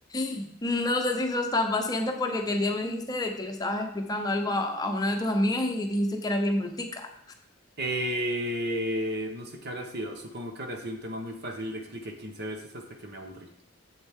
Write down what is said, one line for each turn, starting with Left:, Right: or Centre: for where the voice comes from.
Left: <laughs> no sé si sos tan paciente porque aquel día me dijiste de que le estabas explicando algo a, a una de tus amigas y dijiste que era bien brutica.
Right: Eh, no sé qué habrá sido, supongo que habrá sido un tema muy fácil, le expliqué 15 veces hasta que me aburrí.